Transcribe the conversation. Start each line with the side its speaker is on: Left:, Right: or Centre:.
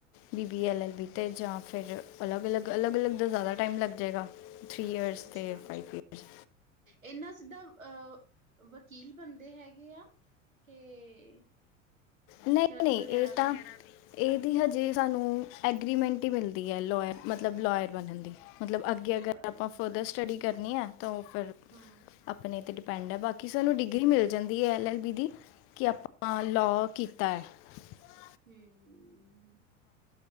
Left: ਬੀ ਬੀ
Right: ਹਮ
Left: L L B 'ਤੇ ਜਾਂ ਫਿਰ। ਅਲੱਗ -ਅਲੱਗ- ਅਲੱਗ -ਅਲੱਗ ਦਾ ਜ਼ਿਆਦਾ ਟਾਈਮ ਲੱਗ ਜਾਏਗਾ। ਥ੍ਰਰੀ ਈਅਰਸ
Right: ਅੱਛਾ
Left: ਅਤੇ ਫਾਈਵ ਈਅਰਸ।
Right: ਇਨਾ ਸਿੱਧਾ ਅਹ ਵਕੀਲ ਬੰਦੇ ਹੈਗੇ ਆ? ਕੇ।
Left: ਨਹੀਂ
Right: ਜੱਜ
Left: ਨਹੀਂ
Right: ਵਗੈਰਾ
Left: ਇਹ ਤਾਂ
Right: ਵੀ।
Left: ਇਹਦੀ ਹਜੇ ਸਾਨੂੰ ਐਗਰੀਮੈਂਟ ਹੀ ਮਿਲਦੀ ਹੈ ਲੋਇਰ ਮਤਲਬ ਲੋਇਰ ਬਣਨ ਦੀ। ਮਤਲਬ ਅੱਗੇ ਅਗਰ
Right: ਲਾਇਰ
Left: ਆਪਾਂ ਫਰਦਰ ਸਟੱਡੀ। ਕਰਨੀ ਆ, ਤਾਂ ਉਹ ਫਿਰ
Right: ਹਾਂ
Left: ਆਪਣੇ ਤੇ ਪਿੰਡ ਹੈ ਬਾਕੀ ਸਾਨੂੰ ਡਿਗਰੀ ਮਿਲ ਜਾਂਦੀ ਹੈ ਐਲ ਐਲ ਬੀ ਦੀ ਕਿ ਆਪਾਂ ਲੋਅ, <unintelligible>
Right: ਹੂੰ,